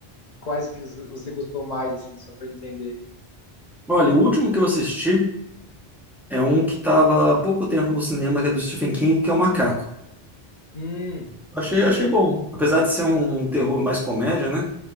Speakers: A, on the left (about 50°); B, in the centre.
A: quais que você gostou mais, assim, só para entender?
B: Olha, o último que eu assisti É um que estava há pouco tempo no cinema, que é do Stephen King, que é o Macaco.
A: Hum, assisti.
B: Achei, achei bom. Apesar de ser um terror mais comédia, né?